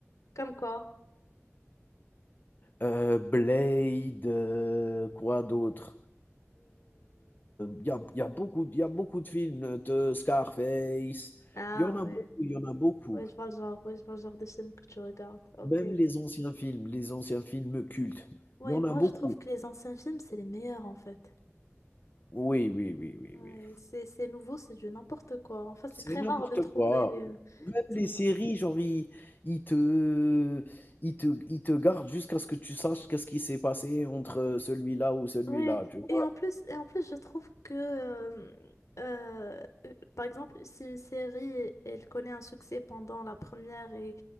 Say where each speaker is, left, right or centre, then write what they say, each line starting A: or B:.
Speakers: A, on the left; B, on the left.
A: Comme quoi?
B: Heu, Blade, heu, quoi d'autre? il y a y a beaucoup il y a beaucoup de films euh, de Scarface.
A: Ah
B: Il y en a
A: ouais.
B: beaucoup, il y en a beaucoup.
A: Ouais, je vois le genre. Ouais, je vois le genre de film que tu regardes. Ok.
B: Même les anciens films, les anciens films cultes,
A: Ouais,
B: il y en
A: moi
B: a beaucoup.
A: je trouve que les anciens films, c'est les meilleurs en fait.
B: Oui, oui, oui, oui,
A: Ouais,
B: oui.
A: c'est c'est nouveau, c'est du n'importe quoi. Enfin, c'est
B: C'est
A: très
B: n'importe
A: rare de trouver,
B: quoi.
A: euh,
B: Même
A: c'est
B: les séries, genre, ils ils te ils te ils te gardent jusqu'à ce que tu saches qu'est-ce qui s'est passé entre, celui-là ou celui-là,
A: Oui,
B: tu
A: et
B: vois?
A: en plus, et en plus, je trouve que, euh, euh, euh, par exemple, si une série, elle connaît un succès pendant la première et,